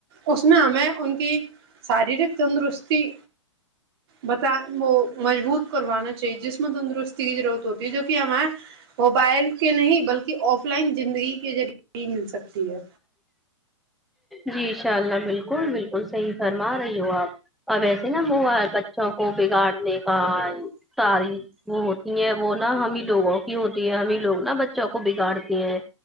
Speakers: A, on the right; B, in the centre.
A: اس میں ہمیں ان کی شاریرک تندرستی بتان وہ مضبوط کروانا چاہیے جسم تندرستی کی ضرورت ہوتی ہے جو کہ ہما موبائل کے نہیں بلکہ آف لائن زندگی کے ذریعے ہی مل سکتی ہے
B: جی انشاء اللہ بالکل بالکل صحیح فرما رہی ہو آپ اب ایسے نا م بچوں کو بگاڑنے کا ساری وہ ہوتی ہیں وہ نا ہمیں لوگوں کی ہوتی ہے ہمیں لوگ نا بچوں کو بگاڑتی ہیں